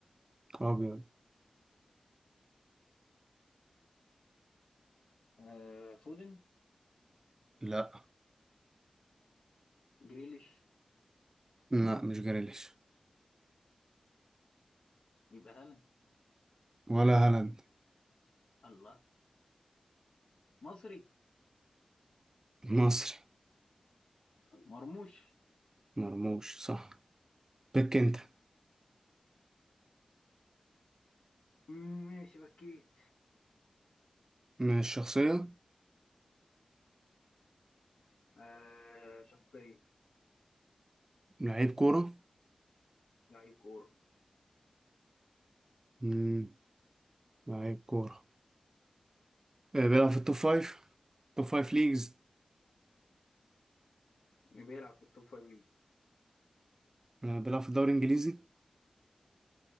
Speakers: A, on the right (about 25°); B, on the left (about 70°).
A: أبيض
B: آه فودن
A: لا
B: جريليش
A: لا مش جريليش
B: يبقى هالاند
A: ولا هالاند
B: الله مصري
A: مصري
B: مرموش
A: مرموش صح بك أنت
B: مم، ماشي بكيت
A: مش شخصية
B: آه شخصية
A: لعيب كورة
B: لعيب كورة
A: مم. لعيب كورة آه، بيلعب في التوب فايف توب فايف ليجز
B: بيلعب في التوب فايف ليج
A: آه، بيلعب في الدوري الإنجليزي